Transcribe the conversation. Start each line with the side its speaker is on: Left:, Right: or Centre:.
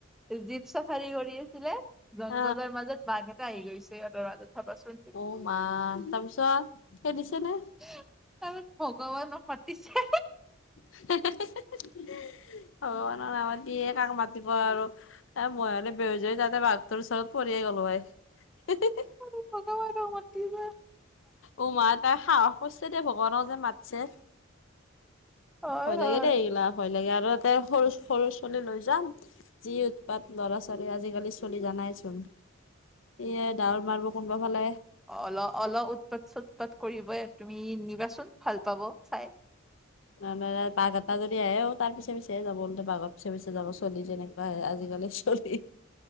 Centre: জীপ চাফাৰী কৰি আছিলে, জংঘলৰ
Left: অ
Centre: মাজত বাঘ এটা আহি গৈছে সিহঁতৰ আগত ভাবাচোন।
Left: অ মা তাৰপিছত খেদিছে নে
Centre: তাৰপাছত ভগৱানক মাতিছে হে হে
Left: <unintelligible> ভগৱানক নামাতি কাক মাতিব আৰু। এ মই মানে বেহুচ হৈ তাতে বাঘটোৰ ওচৰত পৰিয়ে গ'লো হয় হে হে
Centre: অ ভগৱানক মাতিবা
Left: উ মা তাই সাহস কৰিছে দেই ভগৱানক যে মাতছে।
Centre: হয়
Left: ভয় লাগে
Centre: হয়
Left: দেই এইগিলা ভয় লাগে আৰু। তাতে সৰু সৰু চলি লৈ যাম যি উৎপাত ল'ৰা ছোৱালীৰ আজিকালি। চলি জানাই চোন সেয়ে ডাঙৰ মানুহ কোনোবা ফালে।
Centre: অল অলপ উৎপাত চুৎপাত কৰিবই তুমি নিবাচোন ভাল পাব চাই।
Left: না নাযায় বাঘ এটা যদি আহেও তাৰ পিছে পিছে যাব বাঘত পিছে পিছে যাব চলি যেনেকুৱাহে আজিকালি চলি